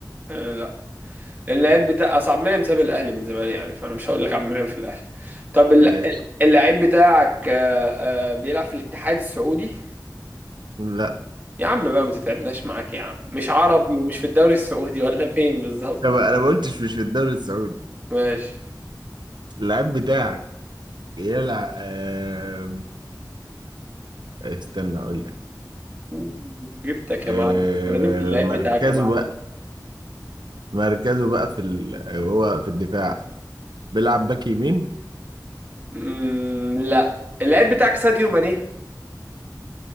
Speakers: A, on the right; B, on the right.
A: آه، لا اللعيب بتاع اصل عبد المنعم ساب الاهلي من زمان يعني فانا مش هقول لك عبد المنعم في الاهلي طب الل-
B: ماشي
A: اللعيب بتاعك آه، آه، بيلعب في الاتحاد السعودي
B: لا
A: يا عم بقى ما تتعبناش معاك يا عم مش عربي ومش في الدوري السعودي <laughs> ولا فين بالظبط
B: طب انا ما قلتش مش في الدوري السعودي
A: ماشي
B: اللاعب بتاعك بيلعب آه... استنى اقول لك
A: أوه، جبتك
B: آه...
A: يا معلم انا جبت اللعيب
B: مركزه
A: بتاعك يا معلم
B: بقى مركزه بقى في ال... هو في الدفاع بيلعب باك يمين
A: مم، لا اللعيب بتاعك ساديو ماني